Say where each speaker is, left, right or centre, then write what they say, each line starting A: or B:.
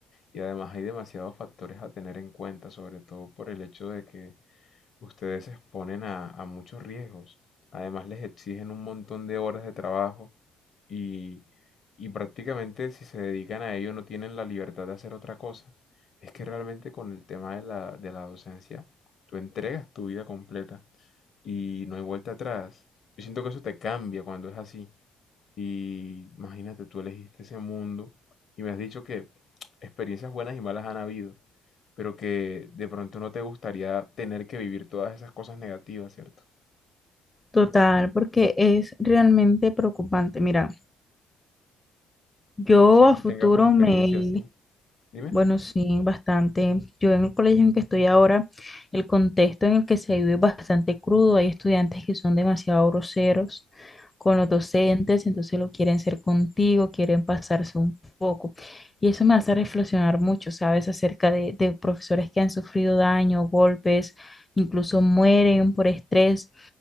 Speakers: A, on the left (about 50°); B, on the left (about 20°).
A: y además hay demasiados factores a tener en cuenta, sobre todo por el hecho de que ustedes se exponen a, a muchos riesgos, además les exigen un montón de horas de trabajo y, y prácticamente si se dedican a ello no tienen la libertad de hacer otra cosa. Es que realmente con el tema de la, de la docencia, tú entregas tu vida completa. y no hay vuelta atrás. Yo siento que eso te cambia cuando es así. Y imagínate, tú elegiste ese mundo y me has dicho que experiencias buenas y malas han habido, pero que de pronto no te gustaría tener que vivir todas esas cosas negativas, ¿cierto?
B: Total, porque es realmente preocupante. Mira, Yo
A: No sé
B: a
A: si
B: futuro
A: tengas una experiencia
B: me,
A: así. Dime.
B: bueno, sí, bastante. Yo en el colegio en que estoy ahora, el contexto en el que se vive es bastante crudo. Hay estudiantes que son demasiado groseros con los docentes, entonces lo quieren ser contigo, quieren pasarse un poco. Y eso me hace reflexionar mucho, ¿sabes? Acerca de, de profesores que han sufrido daño, golpes, incluso mueren por estrés.